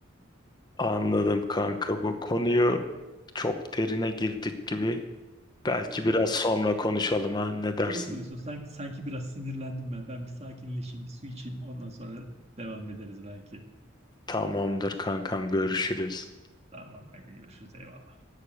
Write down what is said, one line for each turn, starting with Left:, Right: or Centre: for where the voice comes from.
Left: Anladım kanka bu konuyu çok derine girdik gibi. Belki biraz sonra konuşalım ha ne dersin?
Right: Doğru söylüyorsun. Sanki, sanki biraz sinirlendim ben. Ben bir sakinleşeyim, bir su içeyim. Ondan sonra devam ederiz belki.
Left: Tamamdır kankam görüşürüz.
Right: Tamam kanka görüşürüz. Eyvallah.